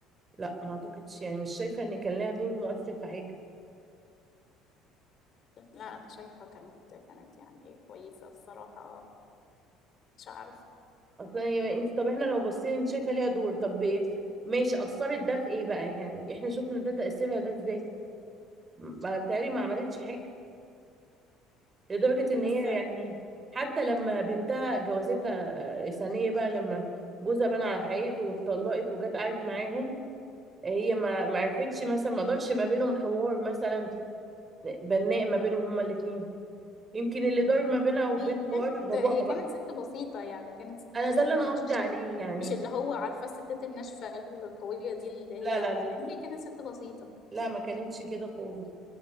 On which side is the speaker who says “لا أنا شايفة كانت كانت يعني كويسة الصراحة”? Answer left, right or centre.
Left